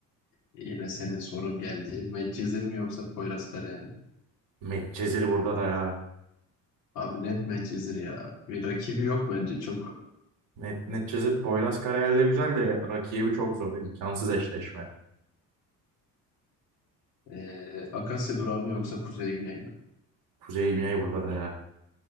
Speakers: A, on the left; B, on the right.
A: Yine senin sorun geldi. Medcezir mi yoksa Poyraz Karayel mi?
B: Medcezir burada da ya.
A: Abi net Medcezir ya. Bir rakibi yok bence çok.
B: Net, neticesi Poyraz Karayel güzel de rakibi çok zor. İmkansız eşleşme.
A: Ee, Akasya durağı mı yoksa Kuzey Güney mi?
B: Kuzey Güney burada da ya.